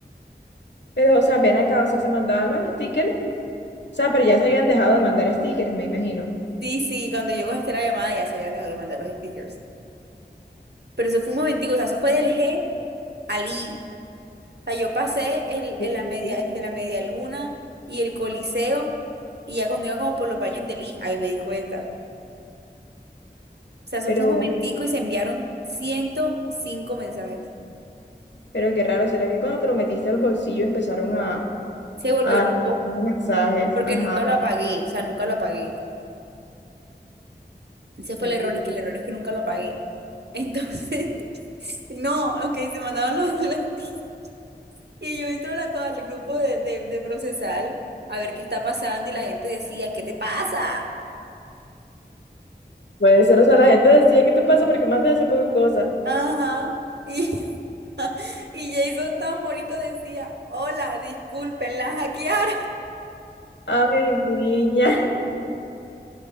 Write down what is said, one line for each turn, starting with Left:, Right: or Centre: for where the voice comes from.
Left: Pero, o sea, ven acá, o sea, se mandaban los stickers. O sea, pero ya se habían dejado de mandar stickers, me imagino.
Right: Sí, sí, cuando llegó a hacer la llamada ya se habían dejado de mandar los stickers. Pero eso fue un momentico, o sea, eso fue del G al I. O sea, yo pasé el,
Left: Sí,
Right: el la media,
Left: sí.
Right: este, la media luna y el Coliseo, y ya cuando iba como por los baños del I, ahí me di cuenta. O sea, eso
Left: Pero,
Right: fue un momentico y se enviaron 105 mensajes.
Left: Pero qué raro, ¿será que cuando te lo metiste al bolsillo empezaron a,
Right: Se volvió
Left: a
Right: loco
Left: hacer mensajes?
Right: porque
Left: Ajá.
Right: nunca lo apagué, o sea, nunca lo apagué. Ese fue
Left: Uy,
Right: el error, es que el error es que nunca lo apagué. Entonces, <laughs> no, ok, se mandaron los enlaces <laughs> y yo entro a la co- al grupo de, de, de procesal a ver qué está pasando y la gente decía, ¿qué te pasa?
Left: Puede ser, o sea, la gente decía, ¿qué te pasa? ¿Por qué mandas ese poco de cosas?
Right: Ajá. Y, <laughs> y Jason tan bonito decía, hola, disculpen, la hackearon. <laughs>
Left: Ay, niña. <laughs>